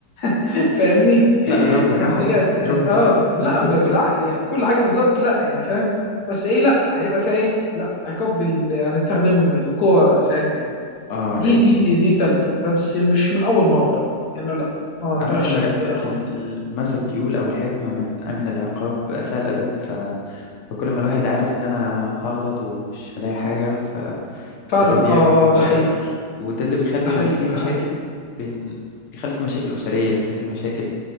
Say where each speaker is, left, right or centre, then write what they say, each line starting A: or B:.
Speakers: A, on the left; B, on the left.
A: <laughs> فاهمني
B: لا اضربه بالراحه
A: همسكك
B: برضه
A: أد-
B: <laughs> اضربه
A: أد-
B: بالراحه
A: اه لا
B: انت لسه
A: ب-
B: بتقول
A: بالعقل يعني كل حاجة بالظبط لا يعني فاهم بس ايه لا هيبقى فيها ايه لا عقاب بال- هنستخدم القوة ساعتها يعني
B: <laughs> اه
A: دي
B: لازم
A: دي دي دي تالتة بس مش من اول مرة طبعا يعني لا ما اقترحش
B: عامة هو
A: إن ده خالص
B: الم- المثل بيقول أو الحكمة من أمن العقاب أساء الأدب ف- فكل ما الواحد عارف إن أنا هغلط ومش هلاقي حاجة
A: فعلا
B: فده بيعمل
A: اه
B: مشاكل
A: اه ده حقيقي
B: اكتر وده اللي بيخلي
A: ده حقيقي
B: ما في
A: ده
B: مشاكل
A: حقيقي
B: بين بيخلي في مشاكل أسرية بيخلي في مشاكل